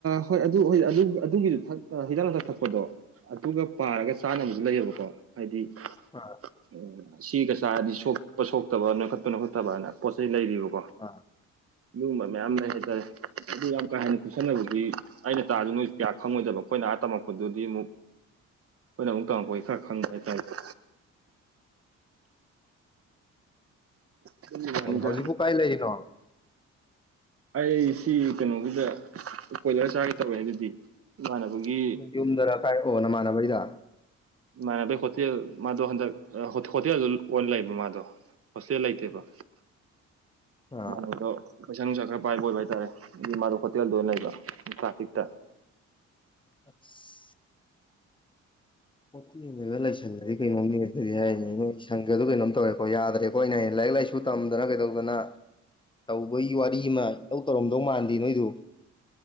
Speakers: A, on the right; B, on the left.
A: ꯍꯣꯏ ꯑꯗꯨꯏ ꯑꯗꯨ ꯑꯗꯨꯒꯤꯗꯨ ꯍꯤꯗꯥꯛ ꯂꯥꯡꯊꯛ ꯊꯛꯄꯗꯣ ꯑꯗꯨꯒ ꯄꯥꯔꯒ ꯆꯥꯅꯕꯁꯨ ꯂꯩꯌꯦꯕꯀꯣ ꯍꯥꯏꯗꯤ
B: ꯄꯥ
A: ꯑꯣ ꯁꯤꯒ ꯆꯥꯔꯗꯤ ꯁꯣꯛꯄ ꯁꯣꯛꯇꯕ ꯅꯣꯏꯈꯠꯄ ꯅꯣꯈꯠꯇꯕꯅ ꯄꯣꯠ ꯆꯩꯩ ꯂꯩꯔꯤꯕ
B: ꯑꯥ
A: ꯑꯗꯨꯒꯨꯝꯕ ꯃꯌꯥꯝ ꯂꯩ ꯍꯥꯏꯇꯥꯔꯦ ꯑꯗꯨ ꯌꯥꯝ ꯀꯥ ꯍꯦꯟꯅ ꯀꯨꯞꯁꯟꯅꯕꯗꯤ ꯑꯩꯅ ꯇꯥꯜꯂꯤ ꯅꯣꯏ ꯀꯌꯥ ꯈꯪꯉꯣꯏꯗꯕ ꯑꯩꯈꯣꯏꯅ ꯑꯍ ꯇꯝꯃꯛꯄꯗꯨꯗꯤ ꯑꯃꯨꯛ ꯑꯩꯈꯣꯏꯅꯃꯨꯛ ꯇꯝꯃꯛꯄꯩ ꯈꯔ ꯈꯪꯕ ꯍꯥꯏꯇꯥꯔꯦꯀꯣ ꯑꯗꯨꯒꯤ
B: ꯑꯣꯈꯣꯜꯂꯣ
A: ꯋꯥꯅꯤꯗ
B: ꯍꯧꯖꯤꯛꯄꯨ ꯀꯥꯏ ꯂꯩꯔꯤꯅꯣ
A: ꯑꯩ ꯁꯤ ꯀꯩꯅꯣꯒꯤꯗ ꯀꯣꯏꯂꯔ ꯆꯥꯒꯦ ꯇꯧꯋꯦ ꯑꯗꯨꯗꯤ ꯏꯃꯥꯟꯅꯕꯒꯤ
B: ꯌꯨꯝꯗꯔ ꯀꯥꯏ ꯑꯣ ꯅꯃꯥꯟꯅꯕꯒꯤꯗ
A: ꯏꯃꯥꯟꯅꯕꯩ ꯍꯣꯇꯦꯜ ꯃꯥꯗꯣ ꯍꯟꯗꯛ ꯍꯣꯇꯦꯜꯗꯨ ꯑꯣꯜ ꯂꯩꯕ ꯃꯥꯗꯣ ꯍꯣꯁꯇꯦꯜ ꯂꯩꯇꯦꯕ꯭ꯔꯣ
B: ꯑꯥ
A: ꯏꯃꯥꯟꯅꯕꯗꯣ ꯄꯩꯁꯥ ꯅꯨꯡꯁꯥ ꯈꯔ ꯄꯥꯏꯕ ꯑꯣꯏꯕ ꯍꯥꯏꯇꯥꯔꯦ ꯑꯗꯨ ꯃꯥꯗꯣ ꯍꯣꯇꯦꯜꯗ ꯑꯣꯏꯅ ꯂꯩꯕ ꯒꯨꯍꯇꯤꯗ
B: ꯑꯁ ꯍꯣꯇꯦꯟꯗꯒ ꯂꯩꯥꯏꯁꯜꯂꯗꯤ ꯀꯩꯅꯣꯝꯅꯦ ꯑꯗꯨꯗꯤ ꯍꯥꯏꯅꯤ ꯅꯣꯏ ꯁꯪꯒꯗꯨ ꯀꯩꯅꯣꯝ ꯇꯧꯔꯦꯀꯣ ꯌꯥꯗ꯭ꯔꯦꯀꯣ ꯑꯩꯅ ꯂꯥꯏꯔꯤꯛ ꯂꯥꯏꯁꯨ ꯇꯝꯗꯅ ꯀꯩꯗꯧꯗꯅ ꯇꯧꯕꯒꯤ ꯋꯥꯔꯤ ꯑꯃ ꯏꯇꯧ ꯇꯧꯔꯝꯗꯧ ꯃꯥꯟꯗꯦ ꯅꯣꯏꯗꯣ